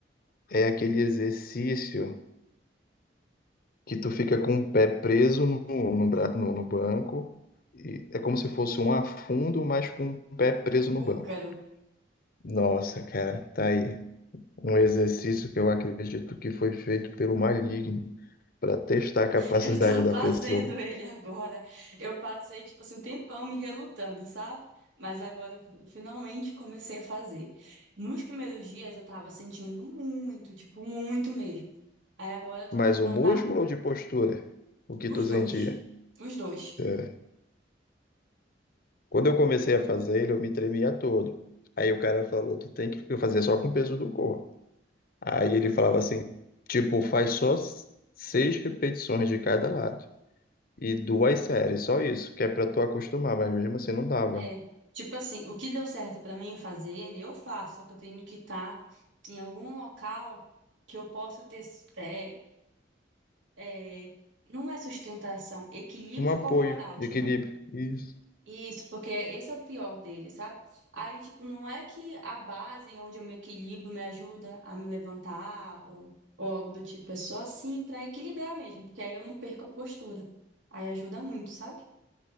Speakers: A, on the left (about 50°); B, on the right (about 85°).
A: É aquele exercício que tu fica com o pé preso no, no, bra- no- no banco. E é como se fosse um afundo, mas com o pé preso
B: O
A: no
B: búlgaro.
A: banco. Nossa, cara, tá aí. Um exercício que eu acredito que foi feito pelo maligno para testar a capacidade
B: Eu tô
A: da
B: <laughs> fazendo
A: pessoa.
B: ele agora. Eu passei, tipo assim, um tempão me relutando, sabe? Mas agora eu fi- finalmente comecei a fazer. Nos primeiros dias eu tava sentindo muito, tipo, muito mesmo. Aí agora eu tô
A: Mas
B: ficando,
A: o músculo
B: tá?
A: ou de postura? O que
B: Os
A: tu sentia?
B: dois. Os dois.
A: É. Quando eu comecei a fazer ele, eu me tremia todo. Aí o cara falou, tu tem que eu fazia só com o peso do corpo. Aí ele
B: Uhum.
A: falava assim, tipo, faz só s- seis repetições de cada lado e duas séries, só isso, que é para tu acostumar, mas mesmo assim não dava.
B: É. Tipo assim, o que deu certo pra mim fazer ele, eu faço, só que eu tenho que estar em algum local que eu possa ter. É, é, não é sustentação, equilíbrio
A: Um apoio
B: corporal. Tipo,
A: de equilíbrio, isso,
B: Isso, porque esse é o pior dele, sabe? Aí, tipo, não é que a base onde eu me equilibro me ajuda a me levantar ou, ou algo do tipo, é só assim pra equilibrar mesmo, porque aí eu não perco a postura. Aí ajuda muito, sabe?